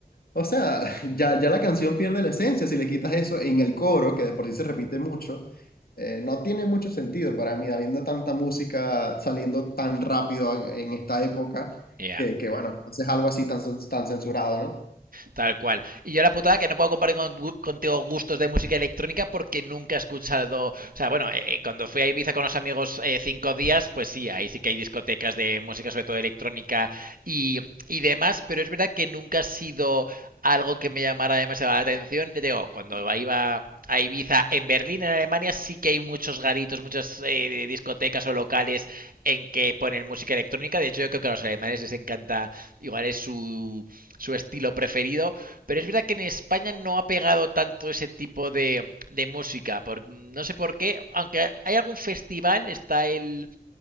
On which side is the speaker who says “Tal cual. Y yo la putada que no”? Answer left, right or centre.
Right